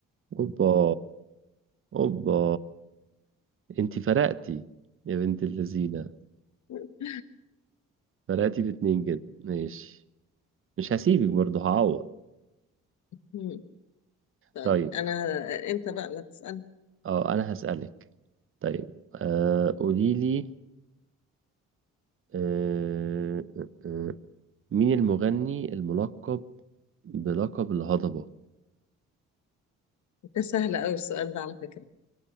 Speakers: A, on the right; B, on the left.
A: اوبا اوبا انتي فرقتي يا بنت اللذينه
B: <laughs>
A: فرقتي باتنين جدا ماشي مش هسيبك برضه هعوض
B: مم. طيب
A: طيب
B: انا انت بقى لا تسأل
A: اه انا هسألك طيب آه قولي لي آه آه آه، مين المغني الملقب بلقب الهضبة
B: انت سهل قوي السؤال ده على فكرة